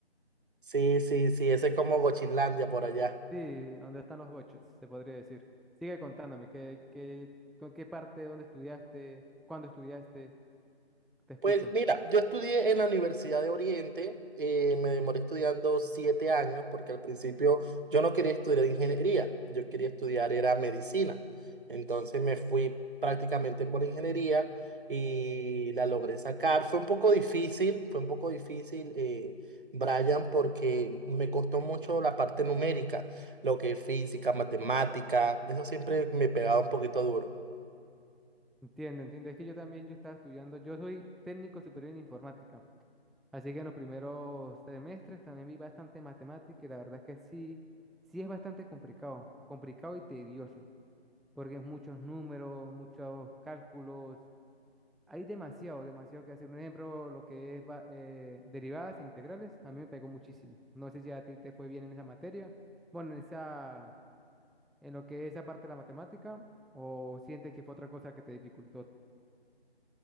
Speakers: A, on the right (about 50°); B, in the centre.
A: Sí, sí, sí, ese es como Gochinlandia por allá.
B: Sí, donde están los gochos, se podría decir. Sigue contándome, ¿qué, qué, con qué parte, dónde estudiaste, cuándo estudiaste? Te escucho.
A: Pues mira, yo estudié en la Universidad de Oriente, eh, me demoré estudiando siete años porque al principio yo no quería estudiar ingeniería, yo quería estudiar era medicina. Entonces me fui prácticamente por ingeniería y la logré sacar. Fue un poco difícil, fue un poco difícil, eh, Brian, porque me costó mucho la parte numérica, lo que es física, matemática, eso siempre me pegaba un poquito duro.
B: Entiendo, entiendo. Es que yo también, yo estaba estudiando, yo soy técnico superior en informática. Así que en los primeros semestres también vi bastante matemática y la verdad es que sí, sí es bastante complicado, complicado y tedioso, porque es muchos números, muchos cálculos, hay demasiado, demasiado que hacer. Un ejemplo, lo que es va- eh, derivadas e integrales, a mí me pegó muchísimo. No sé si a ti te fue bien en esa materia, bueno, en esa, en lo que es esa parte de la matemática, o sientes que fue otra cosa que te dificultó.